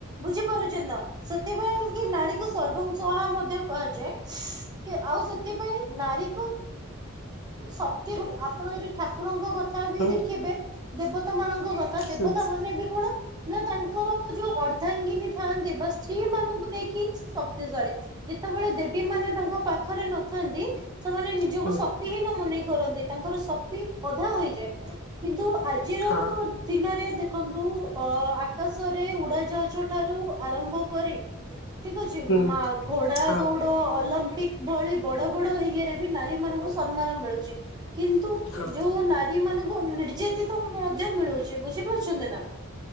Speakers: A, on the right; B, on the left.
A: ବୁଝିପାରୁଛ ସେଥିପାଇଁ କି ନାରୀ ସର୍ବଂ ସହା ମଧ୍ୟ କୁହାଯାଏ କି ଆଉ ସେଥିପାଇଁ ନାରୀକୁ ସତୀ ଆପଣ ଯଦି ଠାକୁରଙ୍କ କ ଥା ବି
B: ହୁଁ
A: ଦେଖିବେ ଦେବତା ମାନଙ୍କ କଥା ଦେବତା
B: ହୁଁ ହୁଁ
A: ମାନେ ବି କଣ ନା ତାଙ୍କର ଯୋଉ ଅର୍ଦ୍ଧାଙ୍ଗିନୀ ଥାଆନ୍ତି ବା ସ୍ତ୍ରୀ ମାନଙ୍କୁ ନେଇକିିଁ ସ <inaudible> ଯେତେବେଳେ ଦେବୀ ମାନେ ତାଙ୍କ ପାଖରେ ନଥାନ୍ତି ସେମାନେ ନିଜକୁ
B: ହୁଁ
A: ସ ମନେ କରନ୍ତି ତାଙ୍କର ସ ଅଧା ହୋଇଯାଏ କିନ୍ତୁ ଆଜିର
B: ହଁ
A: ଦିନରେ <inaudible> ଦେଖନ୍ତୁ ଅ ଆକାଶରେ ଉଡାଜାହାଜ ଠାରୁ ଆରମ୍ଭ କରି ଠିକ ଅଛି
B: ହୁଁ
A: ମା ଘୋଡା
B: ହଁ।
A: ଦୌଡ ଅଲ ପିକ ଭଳି ବଡ ବଡ ଇଏରେ ବି ନାରୀ ମାନଙ୍କୁ ସମ୍ମାନ ମିଳୁଚି। କିନ୍ତୁ
B: ହଁ ହଁ
A: ଯୋଉ ନାରୀ ମାନଙ୍କୁ ନିର୍ଯାତିତ ମଧ୍ୟ ମିଳୁଚି ବୁଝିପାରୁ ଛନ୍ତି ନା